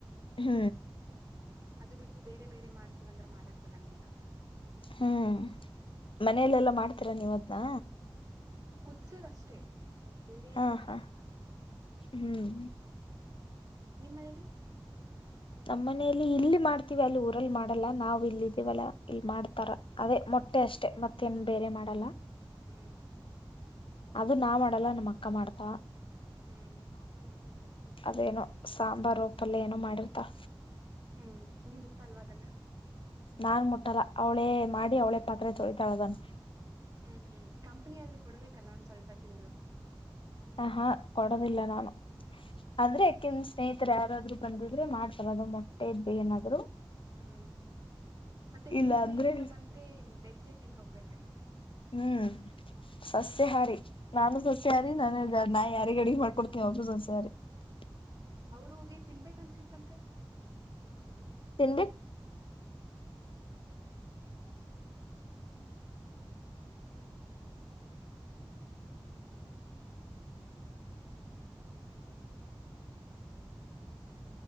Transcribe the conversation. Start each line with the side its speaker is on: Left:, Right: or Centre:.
Left: ಹ್ಮ್
Right: ಅದು ಬಿಟ್ಟು ಬೇರೆ ಬೇರೆ ಮಾಡ್ತಿವಂದ್ರ ಮಾಡಾಕ್ ಬಿಡಂಗಿಲ್ಲ
Left: ಹ್ಮ್ ಮನೆಯಲೆಲ್ಲ ಮಾಡ್ತೀರಾ ನೀವತ್ನ
Right: ಕುದ್ಸದಷ್ಟೇ ಬೇರೆೇ
Left: ಹಾ
Right: ಏನು ಮಾಡಕ್ಕಾಗಲ್ಲ
Left: ಹಾ ಹ್ಮ್
Right: ನಿಮ್ಮಲ್ಲಿ
Left: ನಮ್ಮ್ ಮನೇಲಿ ಇಲ್ಲಿ ಮಾಡ್ತೀವಿ ಅಲ್ಲಿ ಊರಲ್ಲಿ ಮಾಡಲ್ಲ ನಾವ್ ಇಲ್ಲ ಇದೀವಲ್ಲ ಇಲ್ ಮಾಡ್ತಾರ
Right: ಹ್ಮ್
Left: ಅದೇ ಮೊಟ್ಟೆ
Right: ಹ್ಮ್
Left: ಅಷ್ಟೆ ಮತ್ತೇನ್ ಬೇರೆ ಮಾಡಲ್ಲ
Right: ಹ್ಮ್
Left: ಅದು ನಾ ಮಾಡಲ್ಲ ನಮ್ಮ ಅಕ್ಕ ಮಾಡ್ತಾವ
Right: ಹ್ಮ್
Left: ಅದೇನೋ ಸಂಬಾರೂ ಪಲ್ಯ ಏನೋ ಮಾಡಿರ್ತಳ
Right: ಹ್ಮ್ ನೀ ಮುಟ್ಟತ ಅಲ್ವಾ ಅದನ್ನ
Left: ನಾನ್ ಮುಟ್ಟಲ್ಲ ಅವಳೇ ಮಾಡಿ ಅವಳೇ ಪಾತ್ರೆ ತೊಳಿತಾಳದನ್
Right: ಹ್ಮ್ ಹ್ಮ್ ಕಂಪನಿ ಆದ್ರರು ಕೊಡ್ಬೇಕಲ್ಲ ಒಂದ್ ಸ್ವಲ್ಪ ತಿಂದು
Left: ಹ ಹಾ ಕೊಡದಿಲ್ಲ ನಾನು ಆದ್ರೆ ಯಕಿಂದ ಸ್ನೇಹಿತರು ಯಾರಾದ್ರು ಬಂದಿದ್ರೆ ಮಾಡ್ತಲ್ಲದು ಮೊಟ್ಟೆ ಇದ್ದ ಏನಾದ್ರು
Right: ಹ್ಮ್ ಮತ್ತೆ
Left: ಇಲ್ಲ
Right: ನಿನ್ ಸ್ನೇಹಿತರು
Left: ಅಂದ್ರೆ
Right: ಬಂದ್ರೆ ವೆಜ್ಜೆ ತಿಂದ್ ಹೋಗ್ಬೇಕಾ
Left: ಹ್ಮ್ ಸಸ್ಯಹಾರಿ ನಾನು ಸಸ್ಯಹಾರಿ ನಾನು ನಾ ಯಾರಿ ಗ ಅಡಿಗೆ ಮಾಡ್ಕೊಡ್ತೀನ ಅವ್ರಗೂ ಸಸ್ಯಹಾರಿ <unintelligible>
Right: ಅವ್ರ ಹೋಗಿ ತಿನ್ಬೇಕನ್ಸಿತ್ತಂದ್ರೆ
Left: ತಿಂದೆ